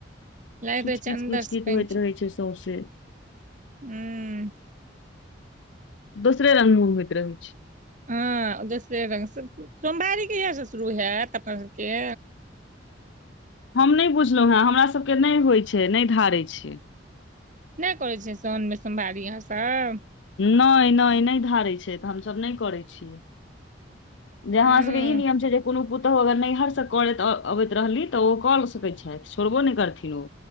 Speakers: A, on the right (about 45°); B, on the left (about 75°).
A: लागैत
B: किच
A: रहै छै
B: किच
A: अन्दर
B: किच
A: से
B: किच
A: पानि
B: होइत
A: छू
B: रहे छै सौंसे
A: हूँ
B: दोसरे रग मुह होयत रहै छै
A: ह दोसरे रंग से सोमवारी कहिया से शुरू होयत अपना सबके
B: हम नहि बुझलहुॅँ है हमरा सबके नहि होइत छै नहि धढारै छियै
A: नहि करैत छियै सोनमे सोमवारी अहाँ सब।
B: नहि नहि नहि धारैत छै तऽ हम सभ नहि करै छियै जे अहाँ
A: हूँ
B: सबके ई नियम छै जे <unintelligible> कोनो प पुतहु अगर नैहरसँ करैत अबैत रहली तऽ ओ कऽ सकैत छथि छोड़बो नहि करथिन ओ